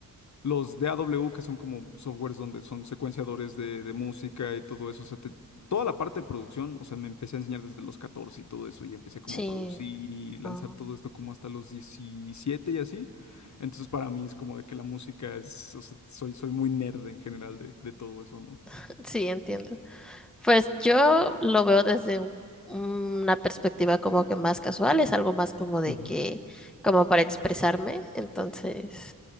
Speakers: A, on the left; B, in the centre.
A: los DAW, que son como softwares donde son secuenciadores de, de música y todo eso, o sea, te- toda la parte de producción, o sea, me empecé a enseñar desde los 14 y todo eso, y empecé como
B: Sí,
A: a producir y lanzar
B: ah,
A: todo esto como hasta los 17 y así. Entonces, para mí es como de que la música es, o sea, soy, soy muy nerd en general de, de todo eso, ¿no?
B: <laughs> sí, entiendo. Pues yo lo veo desde un- una perspectiva como que más casual, es algo más como de
A: Ujú,
B: que, como para expresarme. Entonces,